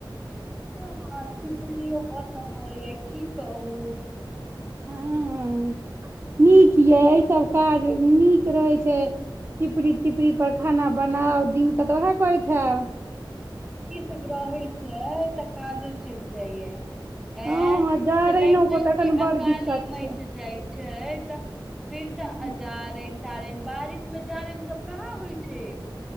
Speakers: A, in the centre; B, on the right.
A: हँ हँ चिपरीयो पथ' परइया की कहू
B: हँ नीक यै ऐ सब काज नीक रहै छै चिपरी तिपरी पर खाना बनाउ दिन क तऽ वैह करैत हैब
A: इसभ रहैय छइ तऽ काजो चलि जाइया
B: हँ
A: ऐं
B: हँ जरैनो
A: सिलेणडर
B: तऽ एखन
A: के
B: बड़
A: अकाली
B: दिक्कत
A: मचि
B: छै
A: जाइ छै तऽ फिर तऽ
B: हँ
A: जारनि तारनि बारिशमे जारनि सब कहाँ होइ छै